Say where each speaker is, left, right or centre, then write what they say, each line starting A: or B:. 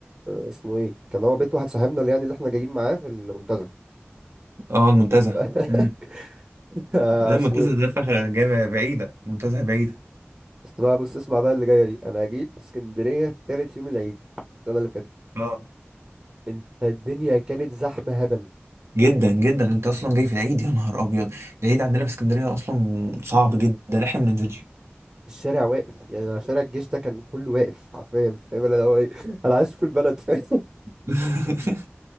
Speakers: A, on the right; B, on the right.
A: اسمه ايه كان هو بيت واحد صاحبنا اللي يعني اللي احنا جايين معاه في المنتزه
B: اه المنتزه
A: <laughs>
B: امم
A: اسمه
B: ده المنتزه
A: ايه
B: ده فخ جامعة بعيدة منتزه بعيدة
A: بس بقى بص اسمع بقى اللي جايه دي انا جيت اسكندريه تالت يوم العيد السنه اللي فاتت
B: اه
A: انت الدنيا كانت زحمه هبل
B: جدا جدا انت اصلا جاي في العيد يا نهار ابيض العيد عندنا في اسكندريه اصلا صعب جدا احنا ما بننزلش
A: الشارع واقف يعني أنا شارع الجيش ده كان كله واقف حرفيا فاهم اللي هو ايه <laughs> انا عايش في البلد فاهم
B: <laughs>